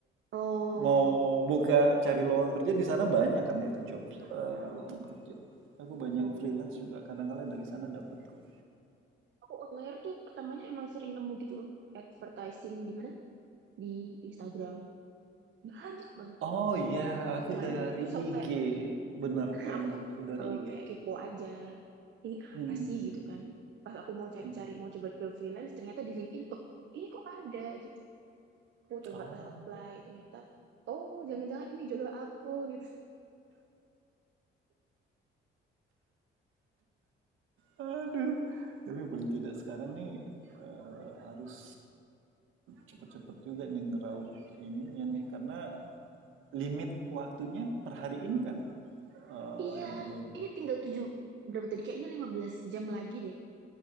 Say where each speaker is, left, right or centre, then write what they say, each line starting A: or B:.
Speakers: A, on the right; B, on the right.
A: oh,
B: Mau buka cari lowongan kerja di sana banyak kan itu job eh, lowongan kerja. Aku banyak
A: oh.
B: freelance juga kadang-kadang dari sana dapat kok.
A: Aku outlier tuh pertamanya emang sering nemu gitu loh. Advertising di mana? Di Instagram. Banyak banget
B: Oh iya, aku
A: iklannya.
B: dari
A: Terus aku
B: IG.
A: kayak,
B: Benar,
A: <clears throat> <laughs>
B: benar.
A: aku tuh
B: Aku dari
A: eh,
B: IG.
A: kayak kepo aja ini
B: Mhm,
A: apa sih
B: mhm,
A: gitu kan pas aku mau cari-cari
B: mhm.
A: mau coba-coba freelance ternyata di LinkedIn oh ini kok ada gitu aku cobalah
B: Ah,
A: apply ternyata oh jangan-jangan ini jodoh aku gitu
B: aduh. Tapi paling tidak sekarang nih eh, harus cepet-cepet juga nih ngeraup ininya nih. Karena limit waktunya per hari ini kan. Eh,
A: iya
B: dua...
A: ini tinggal tujuh berapa tadi kayaknya 15 jam lagi deh